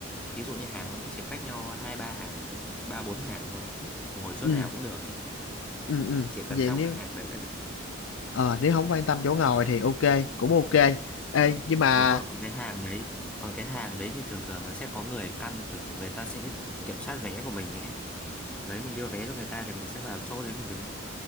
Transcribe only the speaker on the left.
ừ
ừ ừ.
Vậy
nếu
ờ nếu không quan tâm chỗ ngồi
thì ok cũng ok. Ê, nhưng mà